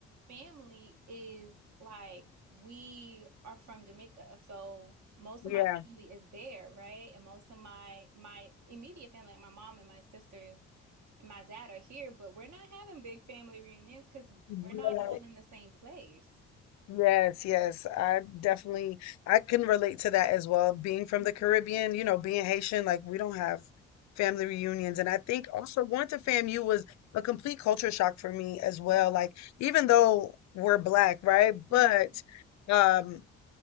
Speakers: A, on the right (about 55°); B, on the left (about 55°).
A: family is like, we are from Jamaica. So most
B: Yeah.
A: of my family is there, right? And most of my my immediate family, like my mom and my sisters and my dad are here, but we're not having big family reunions because
B: Yeah.
A: we're not all in the same place.
B: Yes, yes. I definitely I can relate to that as well. Being from
A: Mhm.
B: the Caribbean, you know, being Haitian, like we don't have family reunions. And I think also going to FAMU was a complete culture shock for me as well.
A: Yeah.
B: Like even though we're black, right?
A: Mhm.
B: But um